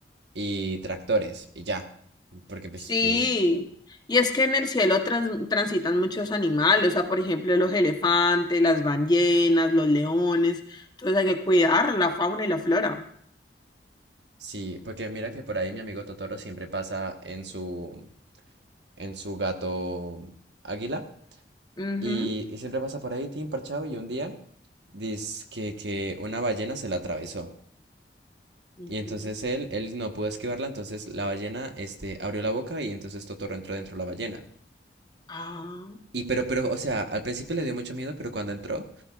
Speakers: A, on the right; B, on the left.
A: y tractores, y ya. Porque, pues,
B: Sí,
A: tienen...
B: y es que en el cielo trans- transitan muchos animales, o sea, por ejemplo, los elefantes, las ballenas, los leones, entonces hay que cuidar la fauna y la flora.
A: Sí, porque mira que por ahí mi amigo Totoro siempre pasa en su, en su gato águila.
B: Ujú.
A: Y, y siempre pasa por ahí, Tim, parchado, y un día dice que, que una ballena se la atravesó.
B: Ujú.
A: Y entonces él, él no pudo esquivarla, entonces la ballena, este, abrió la boca y entonces Totoro entró dentro de la ballena.
B: Ah.
A: Y pero, pero, o sea, al principio le dio mucho miedo, pero cuando entró,